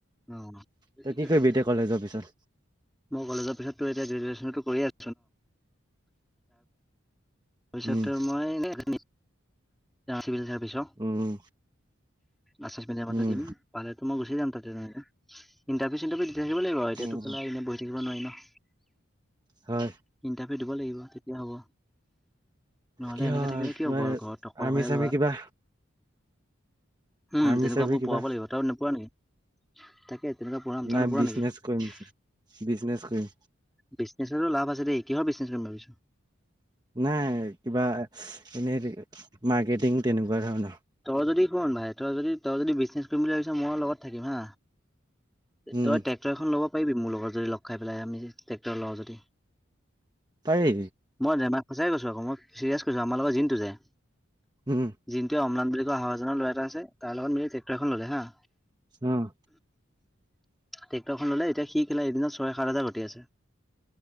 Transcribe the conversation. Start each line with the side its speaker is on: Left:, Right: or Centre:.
Centre: অ', মই
Right: তই কি
Centre: কলেজৰ
Right: কৰিবি এতিয়া পিছত
Centre: পিছত তোৰ এতিয়া গ্ৰেজুৱেচনটো কৰি আ <inaudible> ভৱিষ্যতে
Right: উম
Centre: মই এনেই চিভিল চাৰ্ভিচৰ
Right: উম
Centre: এচ এচ বি
Right: উম
Centre: <inaudible> দিম পালেতো মই গুচি যাম তাতে। ইন্টাৰভিউ, চন্টাৰভিউ থাকিব লাগিব আৰু এতিয়াতো
Right: উম
Centre: পেলাই এনেই বহি থাকিব নোৱাৰি ন'।
Right: হয়
Centre: ইণ্টাৰভিউ দিব লাগিব তেতিয়া হ'ব। নহ'লে
Right: কিবা
Centre: এনেকে থাকিলে কি
Right: কিবা
Centre: হ'ব আৰু ঘৰত অকলশৰীয়া
Right: আৰ্মি চাৰ্মি
Centre: ল'ৰা।
Right: কিবা
Centre: উম',
Right: আৰ্মি
Centre: তেনেকুৱাবোৰ
Right: চাৰ্মি কিবা
Centre: পোৰাব লাগিব। তই নোপোৰাৱ নেকি? তাকে তেনেকুৱা পঢ়াম তই
Right: নাই
Centre: নপঢ়া
Right: বিজনেচ
Centre: নেকি?
Right: কৰিম বিজনেচ কৰিম
Centre: বিজনেছোটো লাভ আছে দেই কিহৰ বিজনেছ কৰিম ভাবিছ
Right: নাই, কিবা এনে মাৰ্কেটিং তেনেকুৱা ধৰণৰ।
Centre: তই যদি শুন ভাই, তই যদি তই যদি বিজনেছ কৰিম বুলি ভাবিছ মই লগত থাকিম হা।
Right: উম
Centre: তই ট্ৰেক্টৰ এখন ল'ব পাৰিবি। মোৰ লগত যদি লগ খাই পেলাই আমি ট্ৰেক্টৰ লওঁ যদি।
Right: পাৰি
Centre: মই দেমাক সঁচাই কৈছোঁ আকৌ। মই চিৰিয়াছ কৈছোঁ আমাৰ লগৰ জিনটো যায়।
Right: উম
Centre: জিনটোৱে অমলান বুলি কোৱা হাৱাজানৰ ল'ৰা এটা আছে তাৰ লগত মিলি ট্ৰেক্টৰ এখন ল'লে হাঁ।
Right: আহ'।
Centre: ট্ৰেক্টৰ খন ল'লে এতিয়া সি! !!!!!!!!! এদিনত ছয়, সাত হাজাৰ ঘটি আছে।